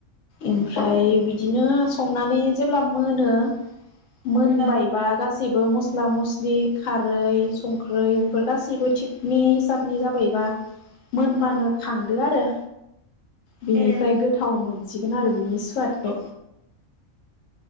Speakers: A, on the left; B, on the right.
A: ओमफ्राय
B: उम
A: बिदिनो संनानै जेब्ला मोनो मोनबाय
B: औ
A: बा गा गासैबो मस्ला मस्लि खारै संख्रै बेफोर गासैबो थिगनि हिसाबनि जाबायबा मोनबानो
B: औ
A: खांदो आरो बिनिफ्राय
B: ए
A: गोथावमोन सिगोन आरो। बिनि सोवादखौ